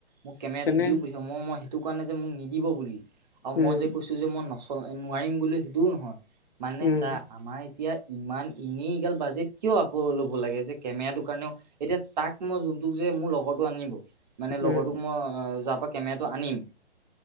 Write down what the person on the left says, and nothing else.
তেনে
উম
উম
উম